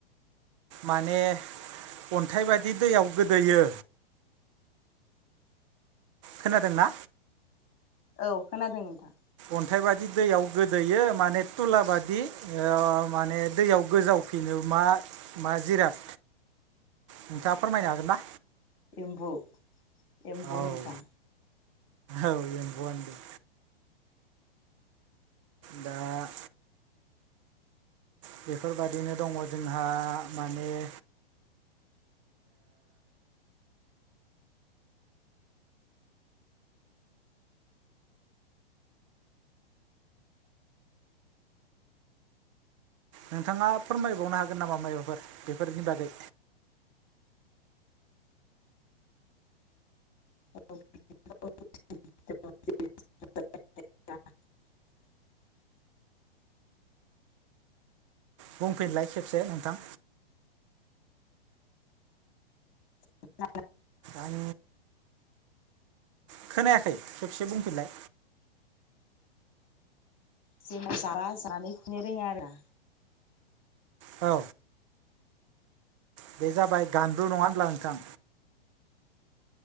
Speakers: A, on the right (about 30°); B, on the left (about 30°).
A: माने अन्थाइ बादि दैयाव गोदोयो खोनादोंना
B: औ खोनादों नोंथां
A: अन्थाइ बादि दैयाव गोदोयो माने थुला बायदि माने दैयाव गोजावफिनो मा मा जिराद नोंथाङा फोरमायनो हागोन ना
B: एमबु एम्बु
A: औ
B: नोंथां
A: औ एम्बुआनो दा बेफोरबादिनो दङ जोंहा माने ओ नोंथाङा फोरमायबावनो हागोन नामा मायबाफोर बेफोरनि बागै
B: <inaudible>
A: बुंफिनलाय खेबसे नोंथां
B: <inaudible>
A: आं खोनायाखै खेबसे बुंफिनलाय
B: जेनबा जाबा जानानै खिनो रोङा आरो
A: औ बे जाबाय गान्दु नङा होनब्ला नोंथां